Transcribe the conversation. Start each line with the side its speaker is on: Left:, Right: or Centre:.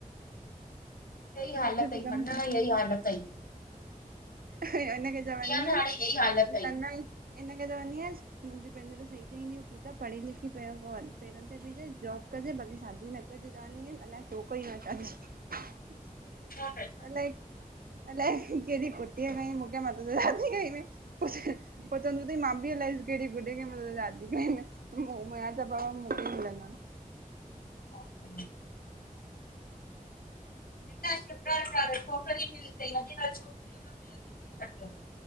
Left: हीअ ही हाल
Right: ॿियो कुझु
Left: तई
Right: कमु
Left: मन हीअ ही हाल अथई
Right: हिनखे चवंदी
Left: न हाणे
Right: न
Left: इहा ई हालत अई
Right: न हिनखे चवंदीअस मुंहिंजे भेनारियूं सही चवंदियू आहिन पूजा पहिरीं पढ़ी लिखी करे पहिरियो पंहिंजे पेरनि ते भीअ जइ जॉब कजां बाक़ी शादी न कजयं क ची अलाए छोकिर ई न शादी <unintelligible>
Left: छा कज
Right: अलाए अलाए कहिड़ेी खुटी पई हुई मूंखे मां तो सां शादी कई <unintelligible> पोइ चवंदो थई मां बि अलाए कहिड़ी बुड्ढी सां शादी कयी आहे म त भ मूंखेकिल <unintelligible>
Left: ह <inaudible> बेटा शुकर कर छोकिरी मिली तई अॼुकल्ह छोकिरियूं न मिलंदी तई झटि